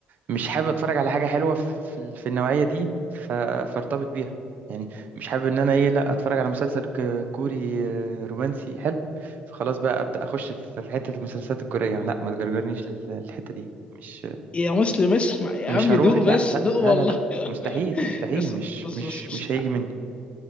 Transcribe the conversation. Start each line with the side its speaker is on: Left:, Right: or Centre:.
Right: مش حابب اتفرج على حاجه حلوه في في ال- في النوعيه دي ف- فارتبط بيها يعني مش حابب ان انا ايه لا اتفرج على مسلسل ك- كوري آه، رومانسي حلو فخلاص بقى ابدا اخش في في حته المسلسلات الكوريه لا ما تجرجرنيش لل- للحته دي مش
Left: يا مسلم اسمع يا
Right: مش
Left: عم
Right: هروح
Left: دوق
Right: لا
Left: بس
Right: لا
Left: دوق والله
Right: لا لا لا
Left: <laughs>
Right: مستحيل مستحيل
Left: اسمع
Right: مش
Left: بص
Right: مش
Left: بص بص
Right: مش هيجي مني